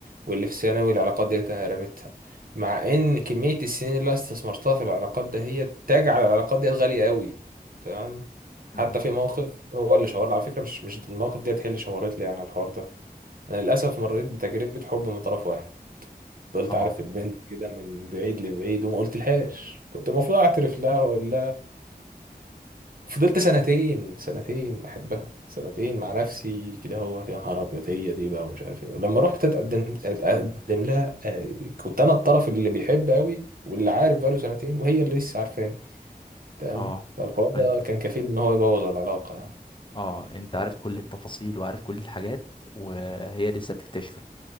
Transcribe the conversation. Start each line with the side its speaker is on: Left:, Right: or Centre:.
Right: واللي في ثانوي العلاقات ديت انا رميتها مع ان كمية السنين اللي أنا استثمرتها في العلاقات ده هي تجعل العلاقات ديت غالية قوي تمام
Left: مم.
Right: حتى في موقف هو اللي شاور لي على فكرة مش مش الموقف ديت هي اللي شاورت لي يعني على الحوار ده انا للاسف مريت بتجربة حب من طرف واحد فضلت
Left: آه
Right: عارف البنت كده من بعيد لبعيد وما قلت لهاش كنت المفروض اعترف لها واقول فضلت سنتين سنتين احبها سنتين مع نفسي كده هو يا نهار ابيض هي دي بقى ومش عارف ايه لما رحت اتقدم اتقدم لها آه، كنت انا الطرف اللي بيحب قوي واللي عارف بقاله سنتين وهي اللي لسه عارفاني تمام
Left: آه
Right: فالحوار ده
Left: فأنت
Right: كان كفيل ان هو يبوظ العلاقه يعني
Left: آه أنت عارف كل التفاصيل وعارف كل الحاجات وهي لسه بتكتشفك